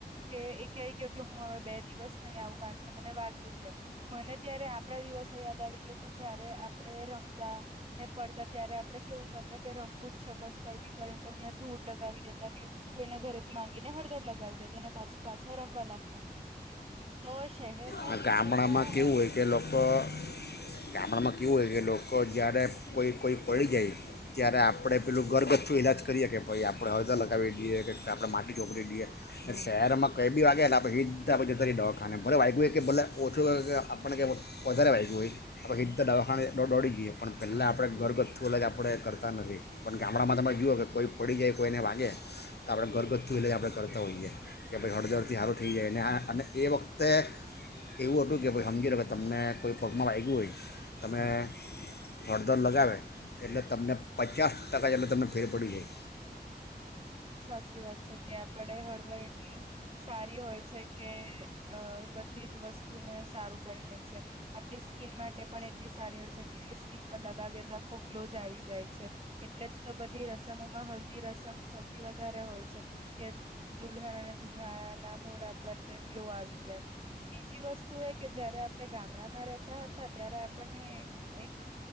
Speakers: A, on the right; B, on the left.
A: કે એ કેય ગયો કે હું અવે બે દિવસ નઈ આવું કાણ કે મને વાગ્યું છે મને ત્યારે આપડા દિવસો યાદ આવી ગયો કે જયારે આપડે રમતા ને પડતા ત્યારે આપડે કેવું કરતા કે રમવું જ છે બસ કઈ બી કરીને તો ત્યાં ધૂળ લગાવી દેતા કે કોઈના ઘરેથી માંગીને હળદર લગાવી દેતા ને પાછી પાછા રમવા લાગતા તો શહેર તેના
B: અને
A: જીવનમાં
B: ગામડામાં કેવું હોય
A: અન
B: કે લોકો ગામડામાં કેવું હોય કે લોકો જ્યારે કોઈ કોઈ પડી જાય ત્યારે આપડે પેલું ગરગથું ઇલાજ કરીએ કે ભઈ આપડે હળદર લગાવી દીએ કે આપડે માટી ચોપડી દીએ ને શહેરમાં કંઈ બી વાગે એટલે આપડે હીધા આપડે જતા રીયે દવાખાને ભલે વાયગુ એ કે ભલે ઓછું વાયગુ કે આપણે કે વધારે વાયગુ હોય આપણે હીધા દવાખાને દો દોડી ગીએ પણ પેલ્લાં આપડે ઘરગથ્થુ અલગ આપડે કરતા નથી પણ ગામણાંમાં તમે જુવો કે કોઈ પડી જાય કોઈને વાગે તો આપડે ઘરગથ્થુ એટલે જ આપડે કરતા હોઈએ કે ભઈ હળદડથી હારુ થઈ જાય ને આ અને એ વખતે એવું અતું કે ભઈ હમજી લો કે તમને કોઈ પગમાં વાયગુ હોય, તમે હળદર લગાવે એટલે તમને પચાસ ટકા જેટલું તમને ફેર પડી જાય
A: સાચી વાત છે કે આપડે હળદર એટલી સારી હોય છે કે અ બધી જ વસ્તુને સારું કરી દે છે, આપણી સ્કીિન માટે પણ એટ એટલી સારી હોય છે કે એ સ્કીિન પર લગાવીએ તો આખો ગ્લો જ આવી જાય છે, એટલે જ તો બધી રસમોમાં હલ્દી રસમ સૌ થી વધારે હોય છે, કે દુલ્હન અને દુલ્હાના મોઢા પર તે ગ્લો આવી જાય, બીજી વસ્તુ એ કે જયારે આપણે ગામડામાં રહેતા હતા ત્યારે આપણને એક